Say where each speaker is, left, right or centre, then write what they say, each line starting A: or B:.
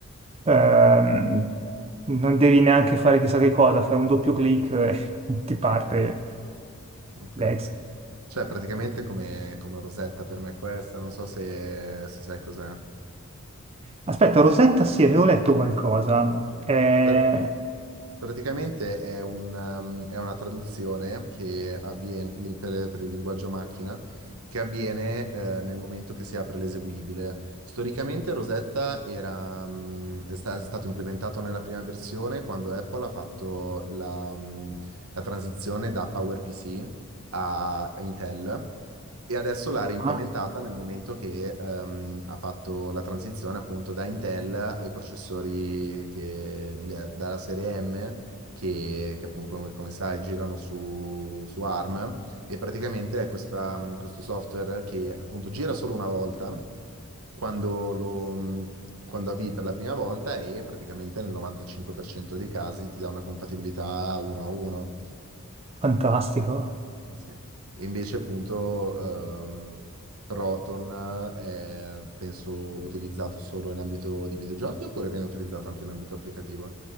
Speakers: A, on the right; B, on the right.
A: Ehm, non devi neanche fare chissà che cosa, fai un doppio clic e <laughs> ti parte
B: Ok. Ok.
A: l'ex.
B: Cioè, praticamente come, come Rosetta per me questa, non so se, se sai cos'è.
A: Aspetta, Rosetta, sì, avevo letto qualcosa. Eh,
B: Eh, Praticamente è un, um, è una traduzione che avviene li- per, per il linguaggio macchina che avviene eh, nel momento che si apre l'eseguibile. Storicamente Rosetta era, mm, è, sta- è stato implementato nella prima versione quando Apple ha fatto la, mm, la transizione da PowerPC a Intel e adesso l'ha reimplementata
A: ah,
B: nel momento che ehm, ha fatto la transizione appunto da Intel ai processori che, le- dalla serie M, che, che appunto come, come sai girano su, su ARM, e praticamente è questa, mh, questo software che appunto gira solo una volta quando lo, mh, quando avvii per la prima volta e praticamente nel 95% dei casi ti dà una compatibilità 1 a 1.
A: fantastico.
B: Eh, Sì. E invece appunto ehm, Proton eh, è penso utilizzato solo in ambito di videogiochi oppure viene utilizzato anche in ambito applicativo?